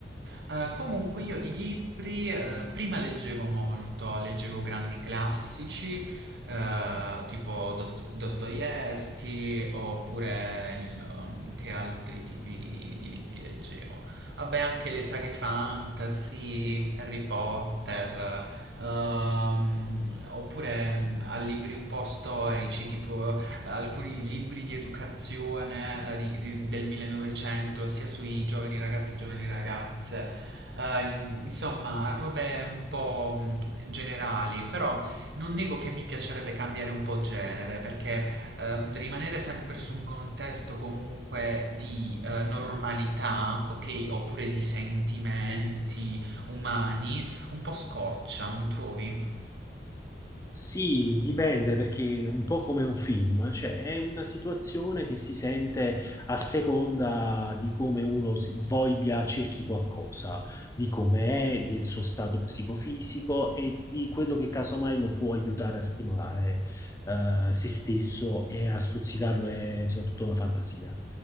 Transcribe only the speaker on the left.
Sì, dipende perché è un po' come un film, cioè è una situazione che si sente a seconda di come uno si- voglia, cerchi qualcosa, di come è, del suo stato psicofisico e di quello che casomai lo può aiutare a stimolare eh, se stesso e a stuzzicarlo e soprattutto la fantasia.